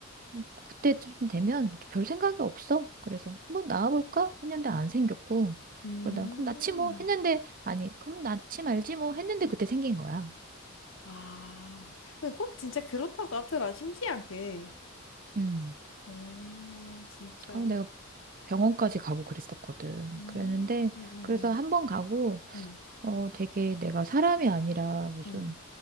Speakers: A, on the right (about 40°); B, on the left (about 65°).
A: 음, 그때쯤 되면 별 생각이 없어. 그래서 한번 나와볼까? 했는데 안 생겼고.
B: 음.
A: 그러다가 그럼 낳지 뭐 했는데 아니, 그럼 낳지 말지 뭐 했는데 그때 생긴 거야.
B: 아, 근데 꼭 진짜 그렇다고 하더라. 신기하게.
A: 음.
B: 오, 진짜.
A: 아, 내가 병원까지 가고 그랬었거든.
B: 음,
A: 그랬는데
B: 음, 음,
A: 그래서 한번 가고
B: 음,
A: 어 되게 내가 사람이 아니라 무슨
B: 음,